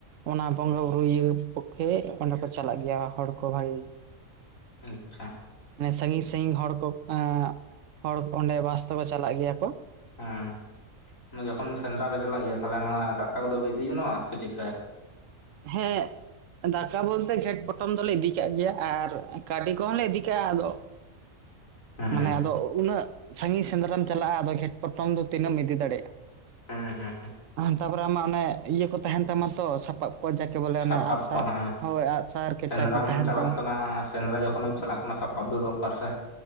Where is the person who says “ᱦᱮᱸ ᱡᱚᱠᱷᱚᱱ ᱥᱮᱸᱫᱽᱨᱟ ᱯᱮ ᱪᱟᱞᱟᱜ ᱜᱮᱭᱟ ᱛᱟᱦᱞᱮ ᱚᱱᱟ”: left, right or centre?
Left